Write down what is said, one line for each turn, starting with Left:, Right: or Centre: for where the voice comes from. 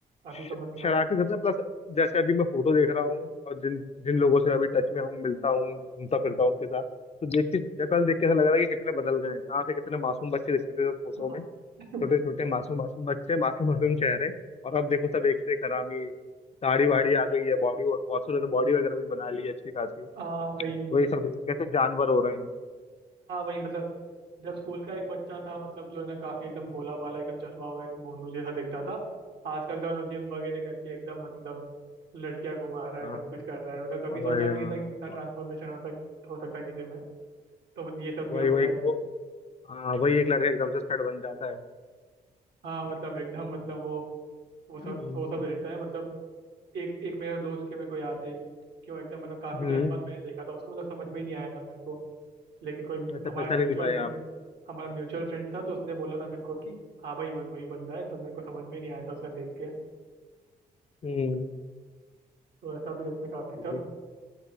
Right: अभी
Left: श-
Right: तो मतलब
Left: शरारती सबसे प्लस जैसे अभी मैं फोटो देख रहा हूँ और जिन जिन लोगों से अभी टच में हूँ मिलता हूँ घूमता फिरता हूँ उनके साथ तो देख के कल देख के ऐसा लग रहा है कि कितने बदल गए हैं कहाँ से कितने मासूम बच्चे दिखते थे फोटो
Right: हाँ
Left: में
Right: <laughs>
Left: छोटे छोटे मासूम मासूम बच्चे मासूम मासूम चेहरे और अब देखो सब एक से एक हरामी दाढ़ी वाड़ी आ गई है बॉडी बहुत से तो बॉडी वगैरह भी बना ली है अच्छी खासी
Right: हाँ वही
Left: वही सब कैसे जानवर हो रहे हैं
Right: हाँ वही मतलब जब स्कूल का एक बच्चा था मतलब जो है ना काफी एकदम भोला भाला एकदम चश्मा वगैरह भोंदू जैसा दिखता था आजकल तो मतलब जिम वगैरह करके एकदम मतलब लड़कियां घुमा रहा है
Left: हाँ,
Right: सब कुछ कर रहा है मतलब कभी
Left: वही
Right: सोचा भी
Left: हाँ,
Right: नहीं था कि कितना ट्रांसफॉर्मेशन हो सक हो सकता है किसी में तो मतलब ये सब भी
Left: वही
Right: होता
Left: वही
Right: है
Left: वो हाँ वही एक लड़का एकदम से स्टड बन जाता है
Right: हाँ मतलब एकदम मतलब वो वो सब
Left: हम्म
Right: वो सब रहता है मतलब एक एक मेरे दोस्त के मेरे को याद है कि वो एकदम मतलब काफी
Left: हम्म,
Right: टाइम बाद मैंने देखा था उसको मतलब समझ में ही नहीं आया था मेरे को लेकिन कोई
Left: वैसे
Right: हमारा
Left: पहचान
Right: म्यूचुअल
Left: ही नहीं पाए
Right: फ्रेंड
Left: आप
Right: हमारा म्यूचुअल फ्रेंड था तो उसने बोला था मेरे को कि हाँ भाई वही वही बंदा है तो मेरे को समझ में नहीं आया था उसका देख के
Left: हम्म
Right: तो ऐसा भी रहता है काफी
Left: वही
Right: तक
Left: तो।